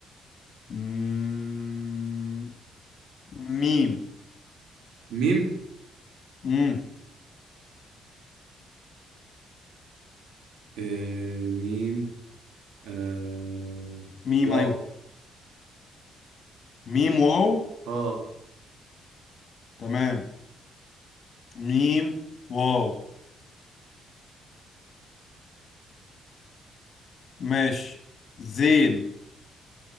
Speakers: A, on the left; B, on the right.
A: مم، ميم
B: ميم
A: مم.
B: إيه... ميم آه...
A: ميم
B: واو
A: أيوه ميم واو
B: اه
A: تمام ميم واو ماشي زين